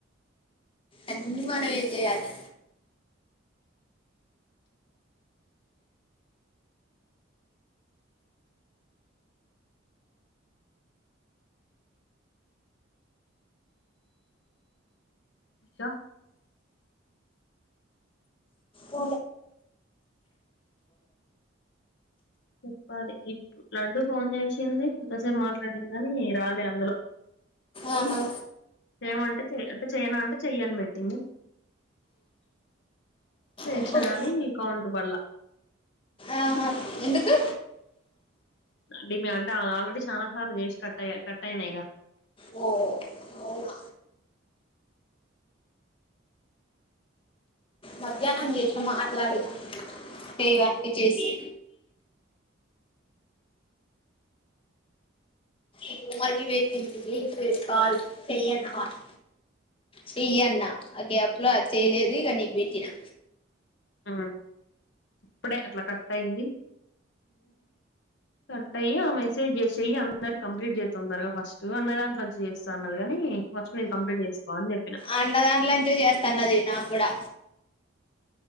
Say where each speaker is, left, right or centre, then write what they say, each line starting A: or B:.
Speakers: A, on the left; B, on the left.
A: అన్నీ మనమే చేయాలి.
B: ఇంకా
A: ఆ,
B: చెప్పాలి. ఇప్పు లడ్డు ఫోన్ చేసింది కొంతసేపు మాట్లాడిందని రాలే అందులో
A: ఆహా
B: చేయమంటే చెయ్ అంటే చెయనా అంటే చెయ్యని పెట్టింది. చేష్ణగాని
A: ఇప్పుడు
B: కౌంట్ పళ్ల
A: ఆహా, ఎందుకు
B: డిమే అంటే ఆల్రెడీ చానా సార్లు చేసి కట్ అయ కట్ అయినాయ్గా
A: ఓ అవునా మధ్యాహ్నం చేసిన మాట్లాడింది చేయ్వా అంటే చేస్తి ఇప్పుడు మళ్ళి పెట్టింది చూడి కాల్స్ చెయ్యాండాట్ చెయ్యన్నా ఆ గ్యాప్లో అది చేయలేదు ఇగ నీకు పెట్టినా
B: ఆ ఇప్పుడే అట్ల కట్టయింది. కట్టయ్యి ఆ మెసేజ్ చేసేయ్ అందరు కంప్లీట్ చేయ్ తొందరగా ఫస్ట్ అన్న దాంట్లో నుంచి చేస్త అన్నది కాని ఉ ఫస్ట్ నీది కంప్లీట్ చేసుకో అని చెప్పిన
A: అన్నదాంట్ల నుంచే చేస్తా అన్నది నాకు కూడా